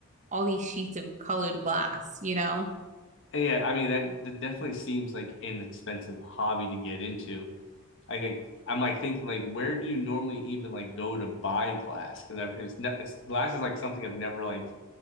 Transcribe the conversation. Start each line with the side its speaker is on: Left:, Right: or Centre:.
Right: all these sheets of colored glass, you know?
Left: Yeah, I mean that, that definitely seems like an expensive hobby to get into. I like I'm like thinking like where do you normally even like go to buy glass? Because I've it's ne it's glass is like something I've never like